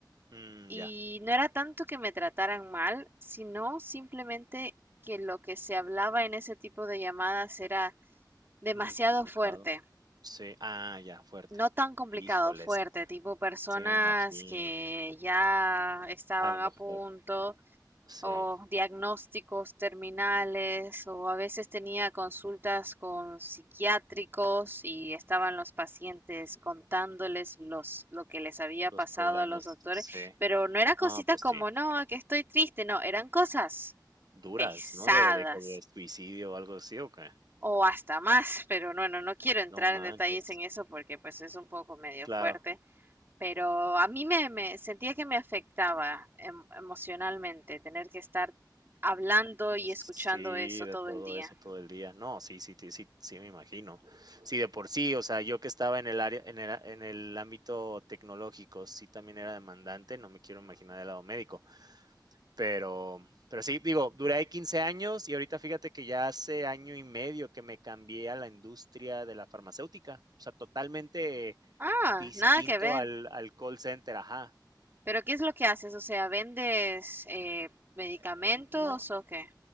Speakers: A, on the right; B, on the right.
A: Mm,
B: y
A: ya,
B: no era tanto que me trataran mal, sino simplemente que lo que se hablaba en ese tipo de llamadas era demasiado
A: muy complicado.
B: fuerte.
A: Sí, ah, ya, fuerte.
B: No tan complicado,
A: Híjoles,
B: fuerte, tipo personas
A: sí me imagino,
B: que ya estaban
A: a lo
B: a
A: mejor,
B: punto
A: sí.
B: o diagnósticos terminales, o a veces tenía consultas con psiquiátricos y estaban los pacientes contándoles los, lo que les había pasado
A: Los problemas,
B: a los doctores,
A: sí.
B: pero no era cositas
A: No, pues
B: como,
A: sí.
B: no, que estoy triste, no, eran cosas
A: Duras,
B: pesadas
A: ¿no? De de que de suicidio o algo así, ¿o qué?
B: o hasta más, pero bueno, no quiero entrar
A: No manches.
B: en detalles en eso porque pues es un poco medio
A: Claro.
B: fuerte. Pero a mí me, me- sentía que me afectaba em- emocionalmente tener que estar hablando y
A: Sí,
B: escuchando eso
A: de
B: todo
A: todo
B: el día.
A: eso todo el día. No, sí, sí, sí, sí, sí me imagino. Sí, de por sí, o sea, yo que estaba en el área en el a- en el ámbito tecnológico, sí también era demandante, no me quiero imaginar del lado médico, pero pero sí, digo, duré ahí 15 años y ahorita fíjate que ya hace año y medio que me cambié a la industria de la farmacéutica, o sea, totalmente
B: Ah,
A: Distinto
B: nada que ver.
A: al, al call center, ajá.
B: Pero ¿qué es lo que haces? O sea, ¿vendes eh, medicamentos
A: Eh, No,
B: o qué?